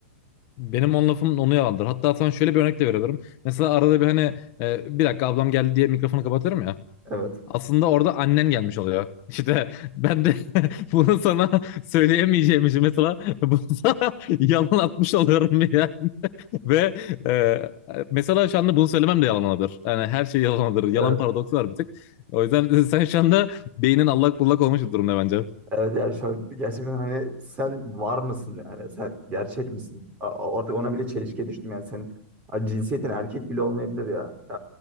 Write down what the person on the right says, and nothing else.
Evet.
Evet.
Evet yani şu an gerçekten hani sen var mısın yani? Sen gerçek misin? A- a- Artık ona bile çelişkiye düştüm yani. Sen Ha, cinsiyetin erkek bile olmayabilir ya.